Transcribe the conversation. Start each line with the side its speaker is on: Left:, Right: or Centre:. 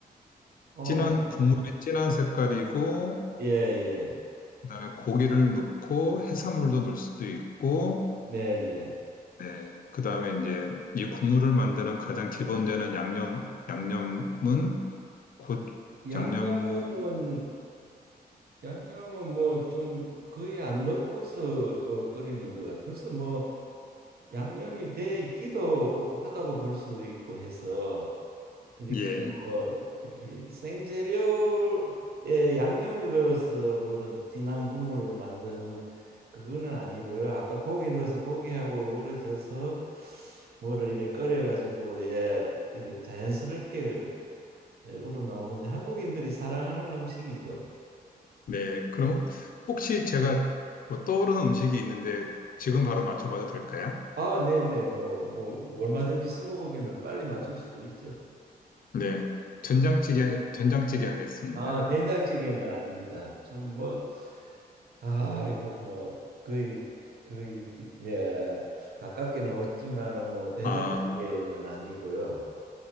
Right: 어,
Left: 진한
Right: 뭐,
Left: 국물이 진한 색깔이고
Right: 예, 예.
Left: 그다음에 고기를 넣고 해산물도 넣을 수도 있고
Right: 네, 네.
Left: 네. 그 다음에 이제 이 국물을 만드는 가장 기본되는 양념, 양념은 곧
Right: 양념은
Left: 양념,
Right: 양념은 뭐 좀 거의 안 넣고서 어, 끓이는 것 같아요. 벌써 뭐 양념이 돼 있기도 하다고 볼 수 있고 해서 이렇게
Left: 예.
Right: 뭐 이렇게 생재료에 양념을 넣어서 뭐 이런 진한 국물을 만드는 그거는 아니고요. 아까 고기 넣어서 고기하고 우러져서 뭐를 이렇게 끓여가지고 예, 이렇게 자연스럽게 예, 우러나오는데 한국인들이 사랑하는 음식이죠.
Left: 네. 그럼 혹시 제가 뭐 떠오르는 음식이 있는데 지금 바로 맞춰봐도 될까요?
Right: 아, 네네. 뭐, 뭐, 뭐 얼마든지 스무고개는 빨리 맞출 수도 있죠.
Left: 네. 된장찌개, 된장찌개 하겠습니다.
Right: 아, 된장찌개는 아닙니다. 좀 뭐, 아, 이거 뭐 거의 거의 예 가깝게는 없지만은 뭐 된장찌개는
Left: 아,
Right: 아니고요.